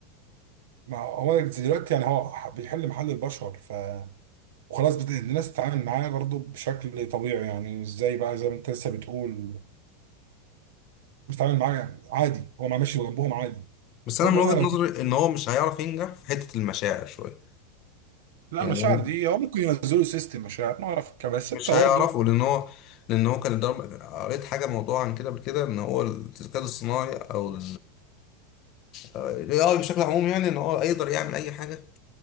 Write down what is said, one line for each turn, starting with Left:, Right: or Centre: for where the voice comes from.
Right: ما هو دلوقتي يعني هو بيحل محل البشر ف وخلاص بت- الناس تتعامل معاه برضه بشكل طبيعي يعني ازاي بقى زي ما انت لسه بتقول بتتعامل معاه يعني عادي هو ما ماشي جنبهم عادي
Left: بس
Right: برضو
Left: انا من وجهه
Right: انا لو
Left: نظري ان هو مش هيعرف ينجح في حته المشاعر شويه
Right: لا
Left: يعني
Right: المشاعر دي هو ممكن ينزلوا سيستم مشاعر ما اعرف كده بس
Left: مش
Right: انت برضه
Left: هيعرفوا لان هو لان هو كان الضرب قريت حاجه موضوع عن كده قبل كده ان هو الذكاء الصناعي او الاي اي بشكل عموم يعني ان هو يقدر يعمل اي حاجه